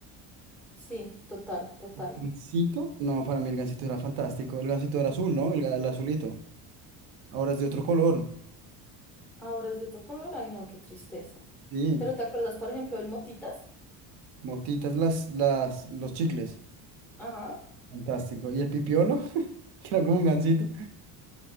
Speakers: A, in the centre; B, on the right (about 85°).
A: sí, total, total.
B: ¿Gansito? No, para mí el Gansito era fantástico. El Gansito era azul, ¿no? El, ga- el azulito. Ahora es de otro color.
A: Ahora es de otro color, ay no, qué tristeza.
B: Sí,
A: Pero ¿te acuerdas, por ejemplo, del motitas?
B: motitas las, las, los chicles.
A: Ajá.
B: Fantástico. ¿Y el pipiolo? que era como un gansito.